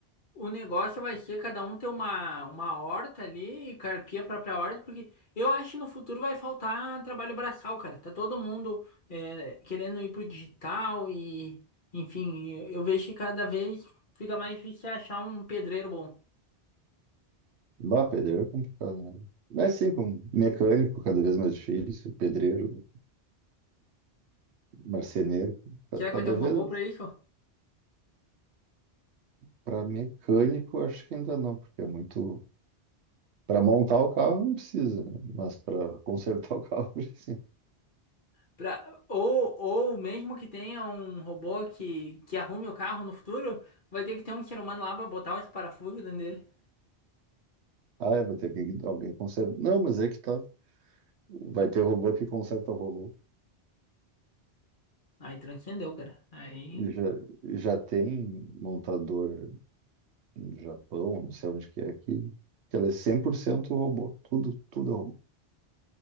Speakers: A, on the left; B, on the right.
A: O negócio vai ser cada um ter uma, uma horta ali e carpir a própria horta, porque eu acho que no futuro vai faltar trabalho braçal, cara. Tá todo mundo é, querendo ir pro digital e, enfim, eu vejo que cada vez fica mais difícil achar um pedreiro bom.
B: Bah, pedreiro é complicado, né? Mas sim, com mecânico cada vez mais difícil, pedreiro, marceneiro, ca-
A: Será
B: cada
A: que vai ter um robô
B: vez
A: para isso?
B: para mecânico acho que ainda não, porque é muito para montar o carro não precisa, né? mas para consertar o carro <laughs> precisa.
A: Pra, ou, ou mesmo que tenha um robô que, que arrume o carro no futuro, vai ter que ter um ser humano lá pra botar os parafusos dentro dele.
B: Ah, é, vai ter que alguém consertar. Não, mas é que tá. Vai ter robô que conserta robô.
A: Aí transcendeu, cara. Aí.
B: E já, e já tem montador no Japão, não sei onde que é, que, que ela é 100% robô. Tudo, tudo é robô.